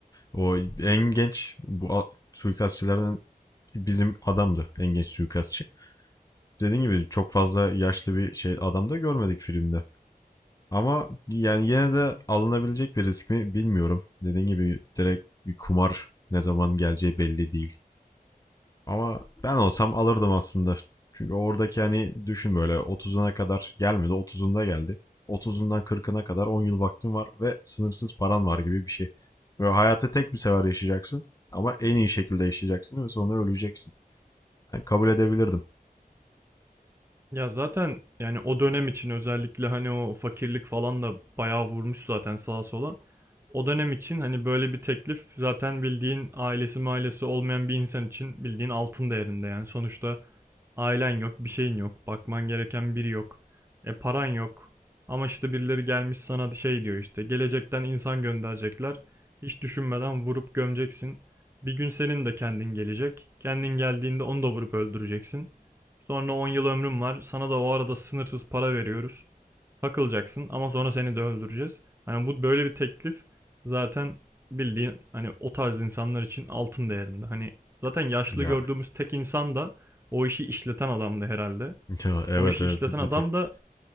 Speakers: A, on the left; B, on the right.
A: o en genç bu a- suikastçilerden bizim adamdı en genç suikastçı. Dediğim gibi çok fazla yaşlı bir şey adam da görmedik filmde. Ama yani yine de alınabilecek bir risk mi bilmiyorum. Dediğim gibi direkt bir kumar ne zaman geleceği belli değil. Ama ben olsam alırdım aslında. Çünkü oradaki hani düşün böyle 30'una kadar gelmedi 30'unda geldi. 30'undan 40'ına kadar 10 yıl vaktin var ve sınırsız paran var gibi bir şey. Böyle hayatı tek bir sefer yaşayacaksın ama en iyi şekilde yaşayacaksın ve sonra öleceksin. Yani kabul edebilirdim.
B: Ya zaten yani o dönem için özellikle hani o fakirlik falan da bayağı vurmuş zaten sağa sola. O dönem için hani böyle bir teklif zaten bildiğin ailesi mailesi olmayan bir insan için bildiğin altın değerinde yani. Sonuçta ailen yok, bir şeyin yok, bakman gereken biri yok. E paran yok. Ama işte birileri gelmiş sana şey diyor işte gelecekten insan gönderecekler. Hiç düşünmeden vurup gömeceksin. Bir gün senin de kendin gelecek. Kendin geldiğinde onu da vurup öldüreceksin. Sonra 10 yıl ömrüm var. Sana da o arada sınırsız para veriyoruz. Takılacaksın ama sonra seni de öldüreceğiz. Hani bu böyle bir teklif zaten bildiğin hani o tarz insanlar için altın değerinde. Hani zaten yaşlı
A: Ya,
B: gördüğümüz
A: <laughs>
B: tek insan da o işi işleten adamdı herhalde.
A: ya evet
B: O işi
A: evet
B: işleten
A: bir,
B: adam
A: bir tek.
B: da